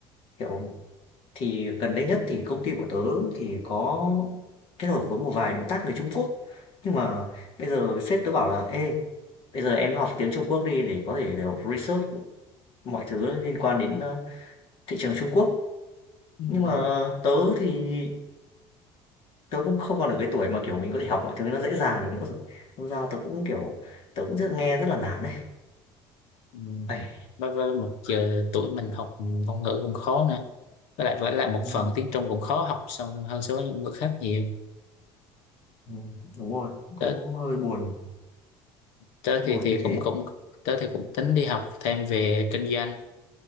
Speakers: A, on the left (about 60°); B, on the left (about 80°).
A: Kiểu, thì gần đây nhất thì công ty của tớ thì có kết hợp với một vài đối tác người Trung Quốc, nhưng mà bây giờ sếp tớ bảo là "Ê, bây giờ em học tiếng Trung Quốc đi để có thể, kiểu, research mọi thứ liên quan đến, ơ, Thị trường Trung Quốc.
B: ừ.
A: Nhưng mà tớ thì tớ cũng không còn ở cái tuổi mà, kiểu, mình có thể học mọi thứ nó dễ dàng được nữa rồi. Đâm ra tớ cũng, kiểu, tớ cũng rất nghe rất là nản đấy
B: Ừ.
A: Uầy,
B: với với một giờ tuổi mình học ngôn ngữ cũng khó nữa với lại với lại một
A: ừm,
B: phần tiếng Trung cũng khó học xong hơn so với những người khác nhiều
A: ừm, đúng rồi, cũng
B: tớ
A: hơi buồn,
B: tớ
A: hơi
B: thì
A: buồn
B: thì
A: như thế.
B: cũng cũng tớ thì cũng tính đi học thêm về kinh doanh